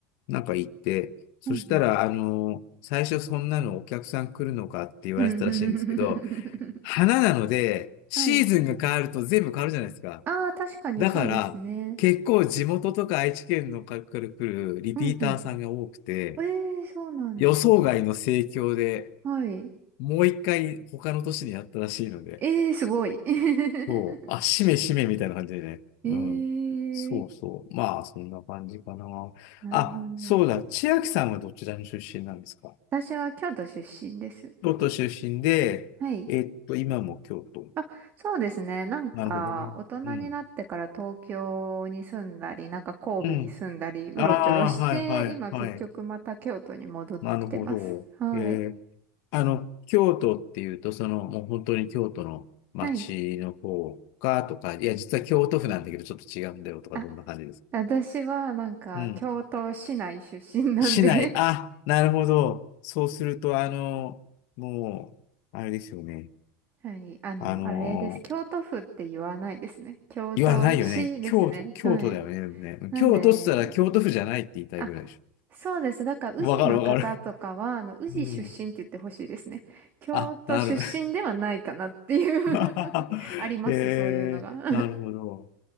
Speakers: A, on the left (about 55°); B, on the right (about 30°).
A: なんか行って、そしたら、
B: うんうん。
A: あの、最初そんなのお客さん来るのかって言われてたらしいんですけど、
B: うんうんうんうんうんうん
A: 花なので、シーズンが変わると全部変わるじゃないですか。
B: はい。ああ、確かにそうですね。
A: だから、結構地元とか愛知県の方から来るリピーターさんが多くて、
B: うんうん。ええ、そうなんだ。
A: 予想外の盛況で、
B: はい。
A: もう一回他の都市にやったらしいので、
B: ええ、すごい。<laughs>
A: そう、あ、しめしめみたいな感じでね。
B: え
A: うん。そうそう。
B: え、
A: まあ、そんな感じかな。
B: <laughs> なるほど。
A: あ、そうだ。千秋さんはどちらの出身なんですか
B: 私は京都出身です。
A: 京都出身で、
B: はい。
A: えっと、今も京都。
B: あ、そうですね。なんか、
A: なるほどね。
B: 大人になってから東京に住んだり、
A: うん。
B: なんか神戸に住んだり、
A: うん。
B: うろちょろして、
A: ああ、はいはいはい。
B: 今結局また京都に戻ってきてます。
A: なるほど。
B: はい。
A: えー、あの、京都っていうと、その、もう本当に京都の街の方かとか、
B: はい。
A: いや、実は京都府なんだけど、ちょっと違うんだよとか、
B: あ、
A: どんな感じですか
B: 私はなんか、
A: うん。
B: 京都市内出身なんで
A: 市内。あ、なるほど。そうすると、あの、もう、あれですよね。
B: はい。あの、
A: あの
B: あれです。京都府って言わないですね。京都市ですね。
A: 言わないよね。京都、京都だよね。
B: はい。
A: でもね京都っつったら京都府じゃないって言いたいぐらいでし
B: なんで、あ、そうです。だから、宇治の方とかは、
A: ょ。わかるわかる。
B: あの、宇治出身って言ってほしいですね。
A: うん。
B: 京都出身ではないかなっていう
A: あ、なる。<laughs>
B: <laughs> あります、
A: えー、
B: そういうのが。<laughs>
A: なるほど。